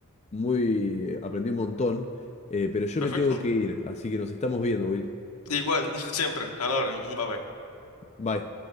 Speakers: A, on the left; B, on the left.
A: muy, eh, aprendí un montón, eh, pero yo
B: Perfecto.
A: me tengo que ir, así que nos estamos viendo, Will.
B: Igual, <laughs> siempre. A la orden. Bye bye.
A: Bye.